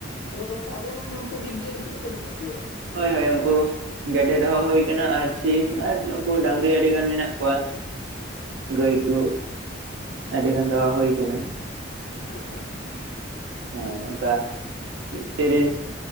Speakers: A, on the left; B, on the right.
A: ᱛᱟᱵᱮ ᱜᱚᱝᱠᱮ ᱟᱵᱮᱱ ᱨᱮᱱ ᱫᱚ ᱚᱱᱠᱟ ᱡᱤᱵᱽ ᱡᱤᱭᱟᱹᱞᱤ ᱪᱤᱞᱤ ᱠᱚ ᱢᱮᱱᱟᱜ ᱠᱚᱣᱟ?
B: ᱦᱳᱭ ᱦᱳᱭ ᱩᱱᱠᱩᱼᱼ ᱜᱮᱰᱮ ᱫᱚᱦᱚ ᱦᱩᱭ ᱟᱠᱟᱱᱟ ᱟᱨ ᱥᱤᱢ ᱟᱨ ᱱᱩᱠᱩ ᱰᱟᱝᱨᱤ ᱟᱹᱰᱤᱜᱟᱱ ᱢᱮᱱᱟᱜ ᱠᱚᱣᱟ। ᱜᱟᱹᱭ ᱠᱚ ᱟᱹᱰᱤ ᱜᱟᱱ ᱫᱚᱦᱚ ᱦᱩᱭ ᱠᱟᱱᱟ।
A: ᱦᱳᱭ ᱦᱳᱭ
B: ᱦᱚᱭ ᱚᱱᱠᱟ ᱛᱤᱨᱤᱥᱼᱼ